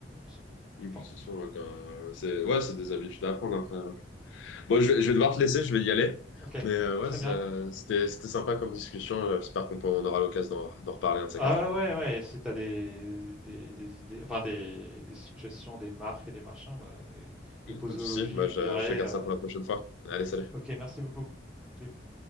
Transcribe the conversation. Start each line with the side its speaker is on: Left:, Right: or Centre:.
Centre: c'est bon,
Left: Oui,
Centre: c'est
Left: mais
Centre: parti.
Left: c'est sûr, ouais, quand- euh, c'est ouais, c'est des habitudes à prendre après. hein. Bon, je vais, je vais devoir te laisser, je vais y aller.
Centre: Ok,
Left: Mais euh, ouais,
Centre: très
Left: ça-
Centre: bien.
Left: c'était, c'était sympa comme discussion. J'espère qu'on peut- on aura l'occasion d'en d'en reparler un de ces
Centre: Ah
Left: quatre.
Centre: ouais, ouais, ouais, si t'as des, des, des idées, enfin des, des suggestions, des marques et des machins, bah, et des posologies,
Left: Pas de souci, bah, je
Centre: je dirais.
Left: je te garde
Centre: euh,
Left: ça pour la prochaine fois. Allez, salut.
Centre: ok, merci beaucoup. Salut.